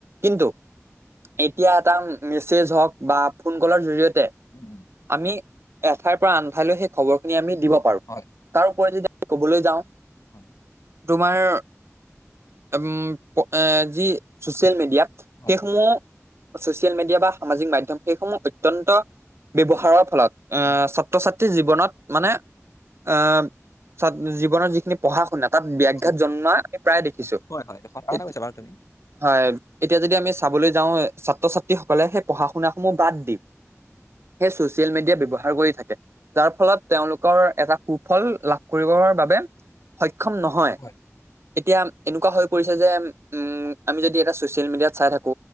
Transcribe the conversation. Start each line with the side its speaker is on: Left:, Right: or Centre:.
Right: কিন্তু এতিয়া এটা মেছেজ হওক বা ফোন কলৰ জৰিয়তে
Left: উম, উম,
Right: আমি এঠাইৰ পৰা আন ঠাইলৈ সেই খবৰখিনি আমি দিব পাৰো
Left: হয়,
Right: তাৰ ওপৰত যদি আমি কবলৈ যাওঁ
Left: হয়।
Right: তোমাৰ উম প এ যি চচিয়েল মিডিয়া
Left: হয়,
Right: সেইসমূহ চচিয়েল মিডিয়া বা সামাজিক মাধ্যম সেইসমূহ অ ত্যন্ত ব্যৱহাৰৰ ফলত এ
Left: উম,
Right: ছাত্ৰ - ছাত্ৰী জীৱনত মানে আ ছাত জীৱনৰ যিখিনি পঢ়া - শুনা তাত ব্যাঘাত
Left: হয়,
Right: জন্মা প্ৰায় দেখিছো,
Left: হয়, হয়, সঁচা কথা
Right: এত
Left: কৈছা বাৰু তুমি।
Right: হয় এতিয়া যদি আমি চাবলৈ যাওঁ ছাত্র - ছাত ব্যক্তি সকলে সেই পঢ়া - শুনাসমূহ বাদ দি সেই ছচিয়েল মিডিয়া ব্যৱহাৰ কৰি থাকে। যাৰ ফলত তেওঁলোকৰ এটা সুফল লাভ কৰিবৰ বাবে সক্ষম নহয়।
Left: হয়,
Right: এতিয়া এনেকুৱা হৈ পৰিছে যে উম আমি যদি এটা চচিয়েল মিডিয়াত চাই থাকো